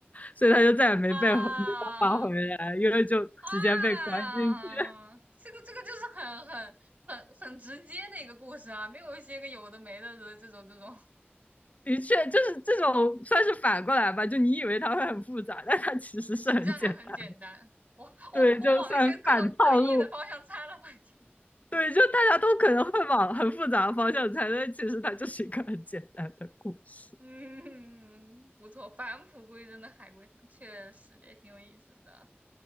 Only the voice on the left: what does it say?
所以他就再也没被没办法回来，
因为就直接被关进去。
的确，就是这种算是反过来吧，就你以为它会很复杂，但它其实是很简单。
对，就算反套路，对，就大家都可能会往很复杂的方向猜，但其实它就是一个很简单的故事。